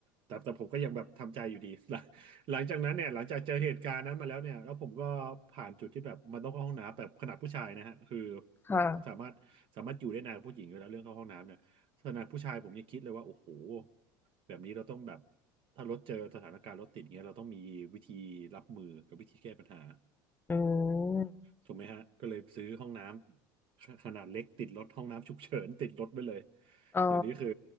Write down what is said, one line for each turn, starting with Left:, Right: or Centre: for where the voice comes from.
Right: แต่แต่ผมก็ยังแบบทำใจอยู่ดี <laughs> หลังหลังจากนั้นเนี่ยหลังจากเจอเหตุการณ์นั้นมาแล้วเนี่ยแล้วผมก็ผ่านจุดที่แบบมันต้องเข้าห้องน้ำแบบขนาดผู้ชายนะฮะคือ
Left: <laughs> ค่ะ
Right: สามารถสามารถอยู่ได้นานกว่าผู้หญิงอยู่แล้วเรื่องเข้าห้องน้ำเนี่ยขนาดผู้ชายผมยังคิดเลยว่าโอ้โหแบบนี้เราต้องแบบถ้ารถเจอสถานการณ์รถติดเงี้ยเราต้องมีวิธีรับมือกับวิธีแก้ปัญหา
Left: อืม
Right: ถูกไหมฮะก็เลยซื้อห้องน้ำขขนาดเล็กติดรถห้องน้ำฉุกเฉิน <laughs> ติดรถไปเลย
Left: อ๋อ
Right: เดี๋ยวนี้คือ